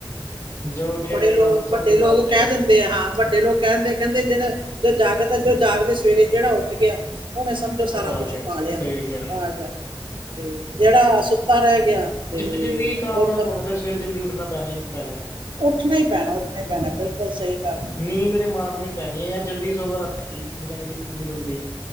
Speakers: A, on the left (about 40°); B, on the right (about 65°).
A: ਤੁਸੀਂ। ਜੋ ਉੱਠਿਆ
B: ਬੜੇ
A: ਰਹੇਗਾ
B: ਲੋਕ
A: ਉਹ ਸਭ
B: ਵੱਡੇ
A: ਕੁਝ
B: ਲੋਕ
A: ਪਾ ਲੇਗਾ
B: ਕਹਿ ਦਿੰਦੇ ਆ ਹਾਂ ਵੱਡੇ ਲੋਕ ਕਹਿੰਦੇ ਕਹਿੰਦੇ ਜਿਹੜਾ ਜੋ ਜਾਗਤ ਆ ਜੋ ਜਾਗਦੇ ਸਵੇਰੇ ਜਿਹੜਾ ਉੱਠ ਗਿਆ। ਉਹਨੇ ਸਮਝੋ ਸਾਰਾ
A: ਉਹ
B: ਕੁਛ
A: ਗਿਆ
B: ਪਾ ਲਿਆ
A: ਸਹੀ ਕਿਹਾ
B: ਆ ਗਿਆ ਤੇ ਜਿਹੜਾ ਸੁੱਤਾ ਰਹਿ ਗਿਆ। ਤੇ
A: ਜੇ ਜ਼ਿੰਦਗੀ ਕਾਮਯਾਬ
B: ਔਰ ਬ-
A: ਹੋਣਾ ਤਾਂ ਸਵੇਰੇ ਜਲਦੀ ਉੱਠਣਾ ਪੈਣਾ ਹੀ ਪੈਣਾ।
B: ਉੱਠਣਾ ਹੀ ਪੈਣਾ ਉੱਠਣਾ ਹੀ ਪੈਣਾ ਬਿਲਕੁਲ ਸਹੀ ਗੱਲ ਹੈ।
A: ਨੀਂਦ ਨੇ ਮਾਰਨੀ ਪੈਣੀ ਹੈ‌। ਯਾਰ ਜਲਦੀ ਸੌਂਵੋ ਰਾਤੀ ਜਿਨਾਂ ਦੀ ਨੀਂਦ ਨੀ ਖੁੱਲਦੀ।